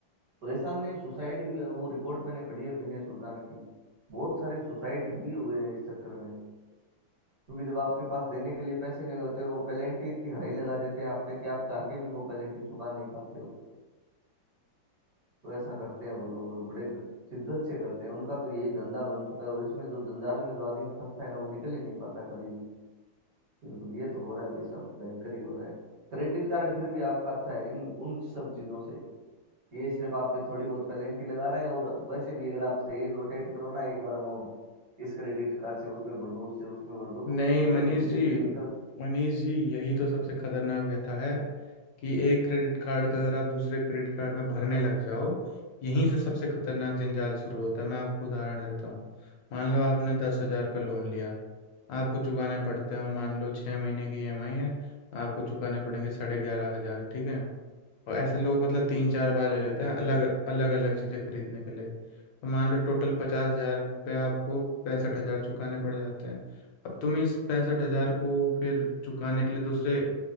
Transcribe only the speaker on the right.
परेशान नहीं सुसाइड भी है वो रिपोर्ट मैंने पढ़ी है विनय सुल्तान की बहुत सारे सुसाइड भी हुए हैं इस चक्कर में क्योंकि जब आपके पास देने के लिए पैसे नहीं होते और वो पेनल्टी इतनी हाई लगा देते हैं आप पे कि आप चाह के भी वो पेनल्टी चुका नहीं पाते हो तो ऐसा करते हैं वो लोग और बड़े शिद्दत से करते हैं उनका तो यही धंधा बन चुका है और इसमें जो जंजाल में जो आदमी फंसता है ना वो निकल ही नहीं पाता कभी भी बिल्कुल ये तो हो रहा है भाई साहब भयंकर ही हो रहा है क्रेडिट कार्ड फिर भी आपका अच्छा है इन उन सब चीजों से ये सिर्फ आपके थोड़ी बहुत पेनल्टी लगा रहा है और वैसे भी अगर आप सही रोटेट करो ना एक बार अमाउंट इस क्रेडिट कार्ड से उसमें भर दो उससे उसमें भर दो
तो मतलब
धीरे
धीरे निकल
सड़ेगा
राइट